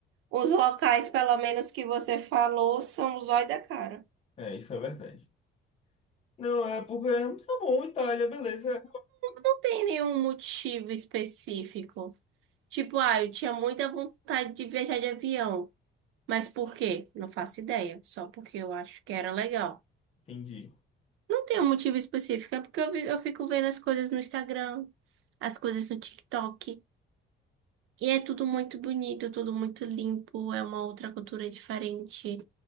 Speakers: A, on the right; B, on the left.
A: os locais, pelo menos que você falou, são o zóio da cara.
B: É, isso é verdade. Não, é porque tá bom, Itália, beleza.
A: Não tem nenhum motivo específico. Tipo, ah, eu tinha muita vontade de viajar de avião. Mas por quê? Não faço ideia. Só porque eu acho que era legal.
B: Entendi.
A: Não tem um motivo específico, é porque eu, vi- eu fico vendo as coisas no Instagram, as coisas no TikTok. E é tudo muito bonito, tudo muito limpo, é uma outra cultura diferente.